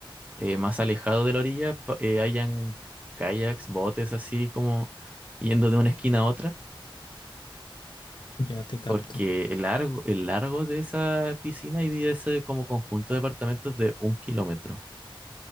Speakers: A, on the right; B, on the left.
A: eh, más alejado de la orilla, pa- eh, hayan kayaks, botes así como yendo de una esquina a otra.
B: Ya te capto.
A: Porque el largo, el largo de esa piscina y de ese como conjunto de departamentos es de un kilómetro.